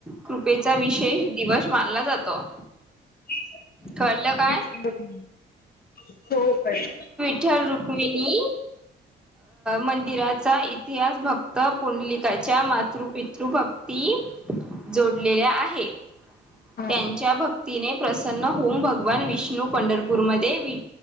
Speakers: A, in the centre; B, on the left (about 50°).
A: कृपेचा, विशेष दिवस मानला जातो.
B: आपण
A: कळलं
B: <unintelligible>
A: काय
B: हो कळेल.
A: विठ्ठल-रुक्मिणी मंदिराचा, इतिहास भक्त पुंडलिकाच्या मातृ-पितृ भक्ती, जोडलेल्या आहे.
B: हा
A: त्यांच्या भक्तीने प्रसन्न होवून, भगवान विष्णू पंढरपूर पूरमध्ये वि-